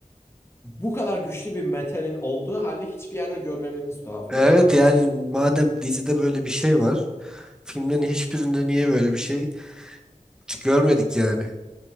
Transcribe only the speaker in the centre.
Evet
yani madem dizide böyle bir şey var Filmlerin hiçbirinde niye böyle bir şey hiç görmedik yani.